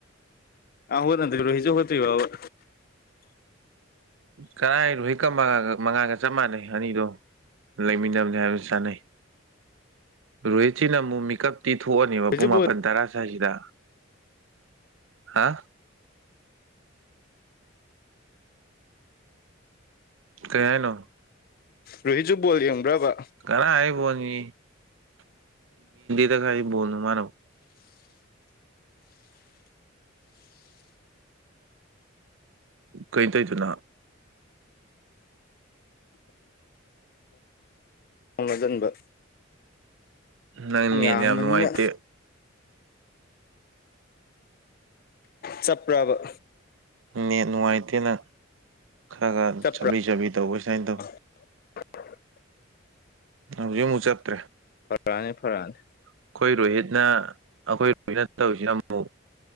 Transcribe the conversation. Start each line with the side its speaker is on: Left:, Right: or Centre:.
Left: ꯑꯥ ꯍ ꯅ꯭ꯔꯣꯍꯤꯁꯨ ꯍꯣꯏ
Right: ꯀꯔꯥꯏꯔꯣ ꯍꯛꯀꯒ ꯃꯉꯥꯒ ꯆꯞ ꯃꯥꯟꯅꯩ ꯑꯅꯤꯗꯣ ꯂꯩꯃꯤꯟꯅꯕꯅꯤ ꯍꯥꯏꯕꯅ ꯁꯥꯟꯅꯩ ꯔꯣꯍꯤꯠꯁꯤꯅ ꯑꯃꯨꯛ ꯃꯤꯀꯞ ꯇꯤꯊꯣꯛꯑꯅꯦꯕ
Left: ꯔꯣꯍꯤꯠꯁꯨ
Right: ꯄꯨꯡ
Left: ꯕꯣꯜ
Right: ꯃꯥꯄꯟ ꯇꯔꯥ ꯁ꯭ꯋꯥꯏꯁꯤꯗ ꯍꯥ ꯀꯌꯥ ꯅꯣ
Left: ꯔꯣꯍꯤꯠꯁꯨ ꯕꯣꯜ ꯌꯦꯡꯕ꯭ꯔꯕ
Right: ꯈꯔꯣꯜꯅꯤ ꯍꯗ ꯈꯣ ꯃꯥꯔ ꯀꯩꯅ ꯇꯧꯗꯅ
Left: ꯍꯣꯡꯅ ꯆꯟꯕ
Right: ꯅꯪꯅꯦ
Left: ꯌꯥꯝꯕꯅꯤꯅ
Right: ꯌꯥꯝ ꯅꯨꯡꯉꯥꯏꯇꯦ
Left: ꯆꯞꯄ꯭ꯔꯕ
Right: ꯅꯦ ꯅꯨꯡꯉꯥꯏꯇꯦꯅ ꯈꯔ ꯈꯔ
Left: ꯆꯞꯄ꯭ꯔꯥ
Right: ꯆꯠꯂꯤ ꯆꯥꯕꯤ ꯇꯧꯕ ꯁꯨꯃꯥꯏꯅ ꯇꯧ
Left: <unintelligible>
Right: ꯍꯧꯖꯤꯛ ꯑꯃꯨꯛ ꯆꯠꯇ꯭ꯔꯦ
Left: ꯐꯔꯥꯅꯤ ꯐꯔꯛꯑꯅꯤ
Right: ꯑꯩꯈꯣꯏ ꯔꯣꯍꯤꯠꯅ ꯑꯩꯈꯣꯏ ꯔꯣꯍꯤꯅ ꯇꯧꯔꯤꯁꯤꯅ ꯑꯃꯨꯛ